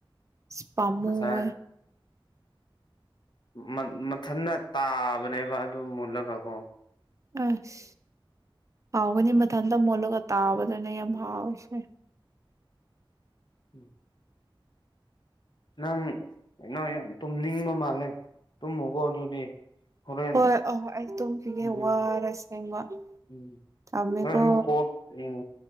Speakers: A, on the right; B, on the left.
A: ꯑꯁ ꯄꯥꯝꯃꯨꯋꯦ
B: ꯉꯁꯥꯏ ꯃꯟ ꯃꯊꯟꯅ ꯇꯥꯕꯅꯦꯕ ꯑꯗꯨ ꯃꯨꯜꯂꯒ ꯀꯣ
A: ꯑꯁ ꯍꯥꯎꯒꯅꯤ ꯃꯊꯟꯇ ꯃꯣꯠꯂꯒ ꯇꯥꯕꯗꯨꯅ ꯌꯥꯝ ꯍꯥꯎꯔꯤꯁꯦ꯫
B: ꯎꯝ ꯅꯪ ꯀꯩꯅꯣ ꯌꯥꯝ ꯇꯨꯝꯅꯤꯡꯕ ꯃꯥꯜꯂꯦ ꯇꯨꯝꯃꯣꯀꯣ ꯑꯗꯨꯗꯤ ꯍꯣꯔꯦꯟ
A: ꯍꯣꯏ ꯑꯍꯥ ꯑꯩ ꯇꯨꯝꯈꯤꯒꯦ
B: ꯎꯝ
A: ꯋꯥꯔꯦ ꯑꯁꯦꯡꯕ
B: ꯎꯝ
A: ꯊꯝꯃꯦꯀꯣ
B: ꯑꯩ ꯑꯃꯨꯛ ꯀꯣꯜ ꯎꯝ